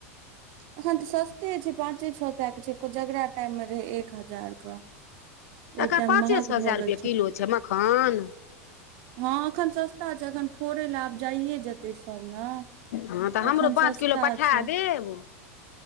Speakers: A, on the right (about 55°); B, on the left (about 75°).
A: एखन तऽ सस्ते छै पाँचे छ सए के छै कोजगरा टाइम मे रहे एक हजार के ओहि
B: तखन
A: टाइम
B: पाँचे
A: महग
B: सए हजार
A: भऽ गेल
B: रुपे किलो छै मखान
A: हँ एखन सस्ता छै एखन फोड़े लए आब जाइए जेतै ते सब ने
B: हँ तऽ हमरो
A: एखन
B: पाँच
A: सस्ता
B: किलो पठा
A: छै
B: देब